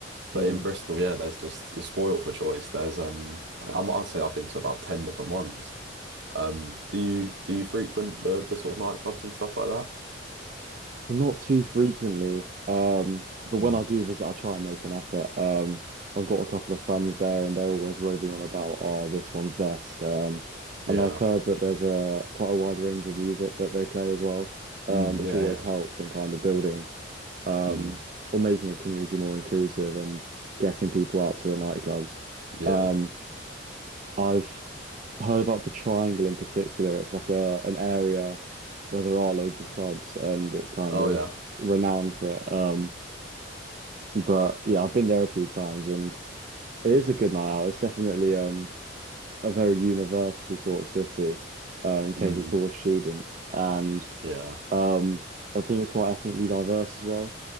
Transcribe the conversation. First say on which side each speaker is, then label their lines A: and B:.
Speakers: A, on the right; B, on the right.
A: But
B: Mm.
A: in Bristol, yeah, there's just you're spoilt for choice. There's um I, I'm- I'd say I've been to about 10 different ones. Um, do you do you frequent the the sort of nightclubs and stuff like that?
B: Well, Not too frequently, um, but when
A: Mm.
B: I do visit, I try and make an effort. Um, I've got a couple of friends there, and they're always roving on about, oh, this one's best. Um,
A: Yeah.
B: and I've heard that there's a quite a wide range of music that they play as well, um,
A: Mm,
B: which
A: yeah,
B: always
A: yeah.
B: helps in kind of building um,
A: Mm,
B: or making a community more inclusive and getting people out to the nightclubs.
A: yeah.
B: Um, I've heard about the Triangle in particular. It's like a an area where there are loads of clubs and it's kind
A: Oh,
B: of
A: yeah.
B: renowned for it. Um, but yeah, I've been there a few times and it is a good night out. It's definitely um a very university sort of city, um, catered
A: Mm,
B: towards students and
A: yeah.
B: um I think it's quite ethnically diverse as well.